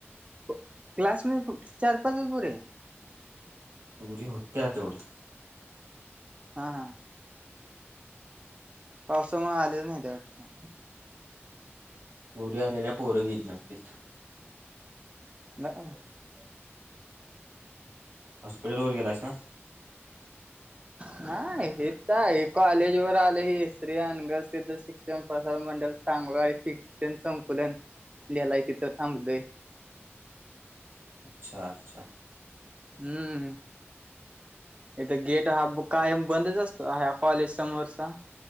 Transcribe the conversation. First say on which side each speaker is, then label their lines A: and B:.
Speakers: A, on the right (about 30°); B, on the right (about 70°).
A: क्लास मधी फक्त चार पाचच पोरी
B: पोरी होते तेवढ्या
A: हा हा पावसामुळे आलेलं नाही त्या वाटतं.
B: पोरी आलेल्या पोरं गेल ना तिथं.
A: <unintelligible>
B: हॉस्पिटल वर गेलायस का?
A: नाही हे तर हे कॉलेज वर आले हे श्री अनगर सिद्ध शिक्षण प्रसारण मंडल सांग. ण संकुलन लिलाय तिथं थांबलय.
B: अच्छा अच्छा.
A: हम्म. इथ गेट हा कायम बंदच असतो ह कॉलेज समोरचा